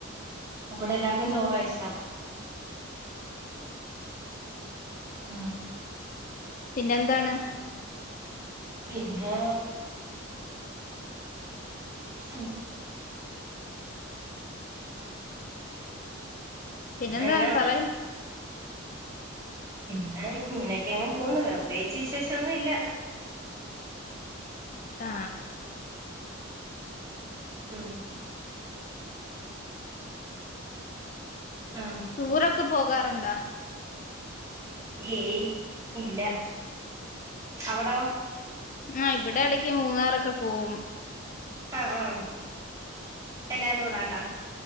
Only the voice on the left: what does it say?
പിന്നെ എന്താണ്
പിന്നെന്താ
പറയാ
ആ.....
ടൂറൊക്കെ പോകാറുണ്ടോ
ആ ഇവിടെ ഇടക്ക് മൂന്നാറൊക്കെ പോവും